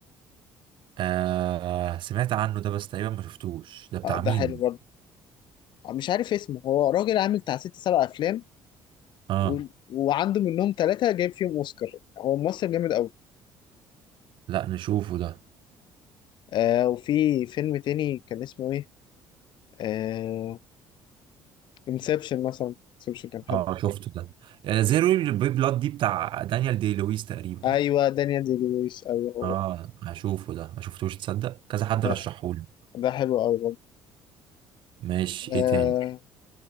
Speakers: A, on the right (about 65°); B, on the left (about 60°).
A: آه سمعت عنه ده بس تقريبا ما شفتوش ده بتاع مين
B: ده حلو برضه آه، مش عارف اسمه هو راجل عامل بتاع ست سبع افلام
A: اه
B: و... وعنده منهم ثلاثة جايب فيهم اوسكار هو ممثل جامد قوي
A: لا نشوفه ده
B: آه وفي فيلم تاني كان اسمه ايه آه انسبشن مثلا انسبشن كان حلو
A: اه شفته ده آه زيرو بي بلاد دي بتاع دانيال دي لويس تقريبا
B: ايوه دانيال دي لويس ايوه هو
A: اه هشوفه ده ما شفتوش تصدق كذا حد
B: ده
A: رشحهولي
B: ده حلو قوي
A: ماشي
B: آه
A: ايه تاني